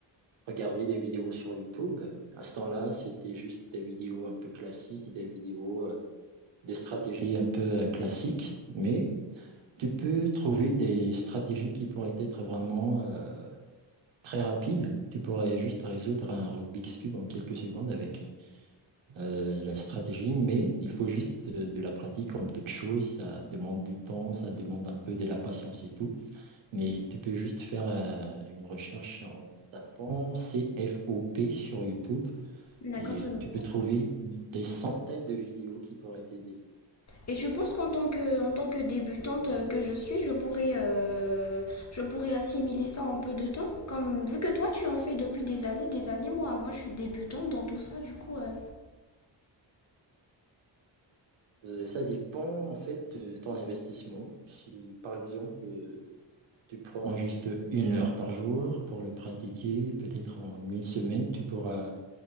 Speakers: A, on the right; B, on the left.
A: regardé des vidéos sur YouTube. À ce temps-là, c'était juste des vidéos un peu classiques, des vidéos euh, de stratégie un peu euh, classique, mais tu peux trouver des stratégies qui pourraient être vraiment euh, très rapides. Tu pourrais juste résoudre un Rubik's Cube en quelques secondes avec euh, la stratégie, mais il faut juste euh, de la pratique comme toute chose. Ça demande du temps, ça demande un peu de la patience et tout. Mais tu peux juste faire euh, une recherche en tapant C F O P sur YouTube
B: D'accord,
A: et
B: je note
A: tu peux
B: ça.
A: trouver des centaines de vidéos qui pourraient t'aider.
B: Et tu penses qu'en tant que, en tant que débutante euh, que je suis, je pourrais, euh, je pourrais assimiler ça en peu de temps? Comme, vu que toi, tu en fais depuis des années, des années, moi, moi, je suis débutante dans tout ça, du coup, euh,
A: Euh, ça dépend en fait de ton investissement. Si par exemple euh, Tu prends juste une heure par jour pour le pratiquer. Peut-être en une semaine, tu pourras